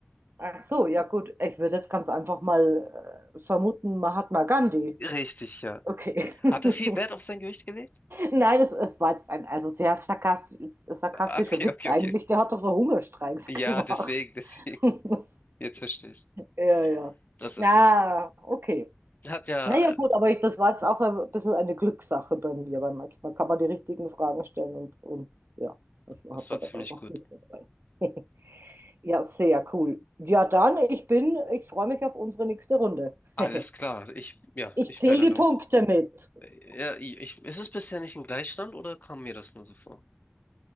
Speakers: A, on the right (about 65°); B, on the left (about 40°).
A: Ach so, ja gut. Ich würde jetzt ganz einfach mal äh, vermuten, Mahatma Gandhi.
B: Richtig, ja.
A: Okay. <laughs>
B: Hat er viel Wert auf sein Gewicht gelegt?
A: Nein, es, es war jetzt ein also sehr sarkastisch, sarkastischer
B: Ah, Okay,
A: Witz
B: okay,
A: eigentlich.
B: okay.
A: Der hat doch so Hungerstreiks
B: Ja,
A: gemacht.
B: deswegen, <laughs> deswegen.
A: <laughs>
B: Jetzt verstehst du.
A: Ja, ja.
B: Das
A: Na,
B: ist er.
A: okay.
B: Hat ja,
A: Naja, gut, aber ich, das war jetzt auch ein bisschen eine Glückssache bei mir, weil manchmal kann man die richtigen Fragen stellen und, und ja, manchmal
B: das
A: hat
B: war
A: man
B: ziemlich
A: ganz einfach
B: gut.
A: Glück dabei. <laughs> Ja, sehr cool. Ja, dann, ich bin, ich freue mich auf unsere nächste Runde.
B: Alles
A: <laughs>
B: klar. Ich, ja,
A: Ich
B: ich
A: zähle
B: wäre dann
A: die Punkte
B: auch.
A: mit.
B: Ja, ich, ist es bisher nicht ein Gleichstand oder kam mir das nur so vor?